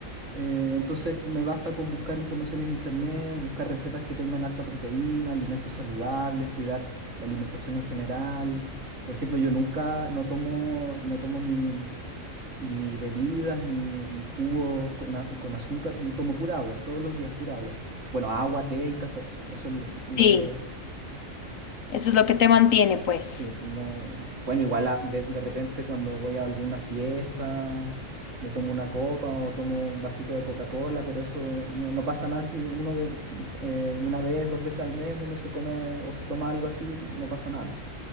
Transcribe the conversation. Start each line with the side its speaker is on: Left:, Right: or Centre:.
Right: eh, entonces me basta con buscar información en internet, buscar recetas que tengan harta proteína, alimentos saludables, cuidar la alimentación en general. Por ejemplo, yo nunca no tomo, no tomo ni, ni bebidas, ni, ni jugos con, a- con azúcar. Yo tomo pura agua, todos los días pura agua. Bueno, agua, té y café. Eso es lo
Left: Sí,
Right: que...
Left: eso es lo que te mantiene, pues.
Right: Sí, no... Bueno, igual a- de, de repente cuando voy a alguna fiesta, me tomo una copa o tomo un vasito de Coca-Cola, pero eso no, no pasa nada si uno de, eh, una vez, dos veces al mes, uno se come o se toma algo así, no pasa nada.